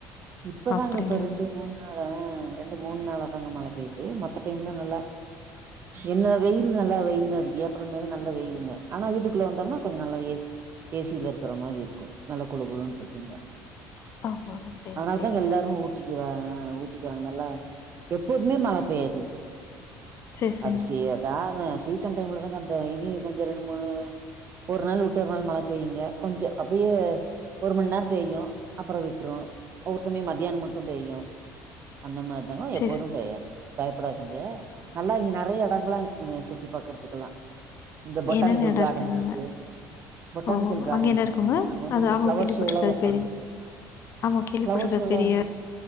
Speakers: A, on the right; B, on the left.
A: இப்பதாங்க
B: அப்டிங்களா
A: இப்ப ரெண்டு மூண ஹன் ரெண்டு மூணு நாள தாங்க மழை போயு மத்த மத்த டைம்ல நல்லா என்ன வெயில் நல்லா வெயில் அடிக்கும் ஏப்ரல் மே ல நல்ல வெயிலுங்க ஆனா வீட்டுக்குள்ள வந்தோம்னா கொஞ்சம் நல்ல ஏசியில இருக்கற மாரி இருக்கும் நல்ல குளுகுளுன்னு இருக்குங்க
B: ஆமாங்க சேரி
A: அதனால
B: சேரிங்க
A: தான் எல்லாருமே ஊட்டிக்குவா ஊட்டிக்குவாங்க நல்லா எப்போழுதுமே மழை பெய்யாது
B: சேரி சேரிங்க
A: அது செய்ய தான் சீசன் டைம்ல தாங்க அந்த இனி கொஞ்சம் ரெண்டு மூணு ஒரு நாள் விட்டு ஒரு நாள் மழை பெய்யுங்க கொஞ்சம் அப்படியே ஒரு மணி நேரம் பெய்யும் அப்புறம் விட்டுரும் ஒவ்வொரு சமயம் மத்தியானம் மட்டும் பெய்யும் அந்த மாதிரி இல்லனா
B: சேரி
A: எப்போதும்
B: சேரி
A: பெய்யாதுங்க பயப்படாது ங்க நல்லா இங்க நிறைய இடங்களல்லாம் இருக்குங்க சுத்தி பாக்குறதுக்கெல்லாம் இந்த பொட்டானிக்கல்
B: என்னென்ன எடோ
A: கார்டன்
B: இருக்குங்க
A: இருக்கு
B: அங்க
A: பொட்டானிக்கல்
B: ஓ
A: கார்டன்
B: அங்க என்ன
A: இருக்குங்க அங்க வந்து
B: அது
A: இந்த
B: ஆமா
A: பிளவர்
B: கேள்விப்பட்டிருக்கே
A: ஷோல்லாம்
B: அது
A: வைப்பாங்க
B: பேரு ஆமா கேள்விப்பட்டிருக்கே
A: பிளவர் ஷோலாம்
B: பெரிய